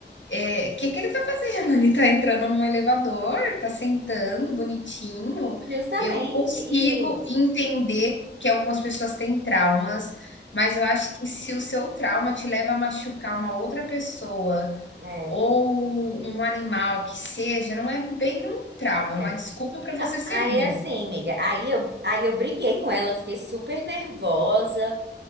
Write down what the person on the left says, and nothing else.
é, o que que ele tá fazendo? Ele tá entrando num elevador, tá sentando bonitinho.
Eu consigo
entender que algumas pessoas têm traumas, mas eu acho que se o seu trauma te leva a machucar uma outra pessoa
ou um animal que seja, não é bem um trauma, é
uma desculpa para você
ser
ruim.